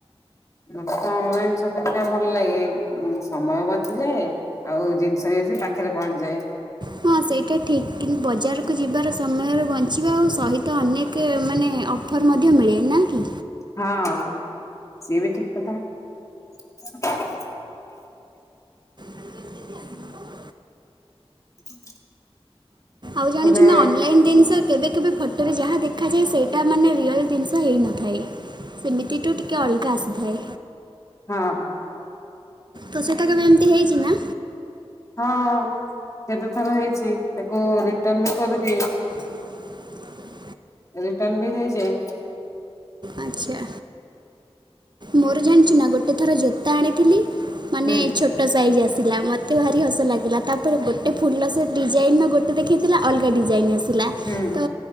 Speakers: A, on the left; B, on the right.
A: ମତେ ତ ଅନଲାଇନ୍ ସପିଙ୍ଗ ଟା ଭଲ ଲାଗେ ସମୟ ବଞ୍ଚିଯାଏ ଆଉ ଜି <unintelligible> ଆସି ପାଖରେ ପହଞ୍ଚିଯାଏ।
B: ହଁ ସେଇଟା ଠିକ୍ ବଜାରକୁ ଯିବାର ସମୟରେ ବଞ୍ଚିବା ଆଉ ସହିତ ଅନେକ ମାନେ ଅଫର୍ ମଧ୍ୟ ମିଳେ ନା କି?
A: ହଁ ସିଏ ବି ଠିକ୍ କଥା।
B: <inaudible>
A: <inaudible>
B: ଆଉ ଜାଣିଛୁ
A: ହେଲେ
B: ନା ଅନଲାଇନ୍ ଜିନିଷ କେବେ କେବେ ଫଟୋ ରେ ଯାହା ଦେଖାଯାଏ ସେଇଟା ମାନେ ରିଅଲ ଜିନିଷ ହୋଇନଥାଏ। ସେମିତିଠୁ ଟିକଏ ଅଲଗା ଆସିଥାଏ।
A: ହଁ।
B: ତ ସେଟା କେଭେ ଏମିତି ହେଇଛି ନା?
A: ହଁ ହଁ କେତେ ଥର ହେଇଛି ତାକୁ ରିଟର୍ନ ବି କରିଦିଏ।
B: <inaudible>
A: ରିଟର୍ନ ବି ହେଇଯାଏ।
B: ଆଚ୍ଛା ମୋର ଜାଣିଛୁ ନା ଗୋଟେ ଥର ଜୋତା ଆଣିଥିଲି। ମାନେ
A: ହୁଁ।
B: ଛୋଟ ସାଇଜି ଆସିଲା ମତେ ଭାରି ହସ ଲାଗିଲା ତାପରେ ଗୋଟେ ଫୁଲ ସେ ଡିଜାଇନ୍ ଗୋଟେ ଦେଖାଇଥିଲା ଅଲଗା ଡିଜାଇନ୍ ଆସିଲା
A: ହୁଁ
B: ତ